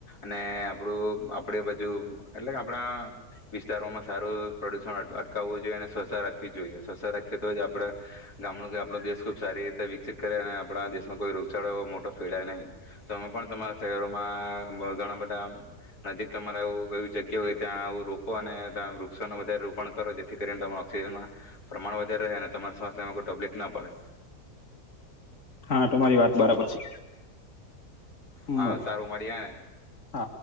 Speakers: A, on the left; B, on the left.
A: અને આપડું આપડ બાજુ એટલે કે આપણા વિસ્તારોમાં સારું પ્રદુષણ અટકાવવું જોઈએ અને સ્વચ્છ રાખવી જોઈએ સ્વચ્છ રાખીએ તો જ આપણે ગામડું કે આપણો દેશ ખૂબ સારી રીતે વિકસિત કરે અને આપણા દેશમાં કોઈ રોગચાળો એવો મોટો ફેડાય નહીં તો અમે પણ તમારા શરીરોમાં ઘણા બધા નજીક તમારા એું એ જગ્યા હોય ત્યાં આવું રોપો અને વૃક્ષો ન વધારે રોપણ કરો જેથી કરીને ઓક્સિજનમાં પ્રમાણ વધારે રહે અને તમારા સ્વાસ્થ્યમાં કોઈ તકલીફ ના પડે
B: હા તમારી વાત બરાબર છે
A: હા
B: મળી
A: સારું મર્યે ને
B: હા